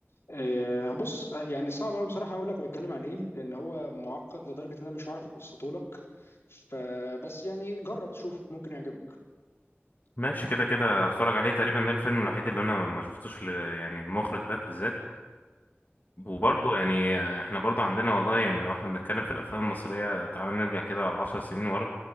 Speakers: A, on the left (about 70°); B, on the left (about 45°).
A: آه بص آه، يعني صعب قوي بصراحه اقول لك هو بيتكلم عن ايه لان هو معقد لدرجه ان انا مش هعرف ابسطه لك فبس يعني جرب تشوف ممكن يعجبك
B: ماشي كده كده هتفرج عليه تقريبا ده الفيلم الوحيد اللي انا ما شفتوش ل... يعني المخرج ده بالذات وبرضه
A: اه
B: يعني احنا برضه عندنا والله يعني لو احنا بنتكلم في الافلام المصريه تعالى نرجع كده على 10 سنين ورا